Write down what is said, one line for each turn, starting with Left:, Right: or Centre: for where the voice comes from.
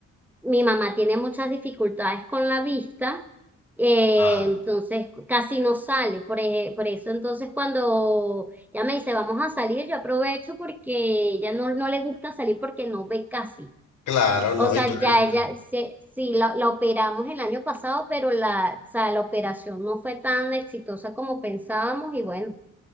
Centre: mi mamá tiene muchas dificultades con la vista, eh,
Left: Ah,
Centre: entonces casi no sale. Por, eje- por eso entonces cuando ya me dice vamos a salir, yo aprovecho porque ella no, no le gusta salir porque no ve casi.
Left: Claro, no,
Centre: O sea,
Left: y tú
Centre: ya
Left: eres,
Centre: ella, se, sí, la, la operamos el año pasado, pero la, o sea, la operación no fue tan exitosa como pensábamos y bueno,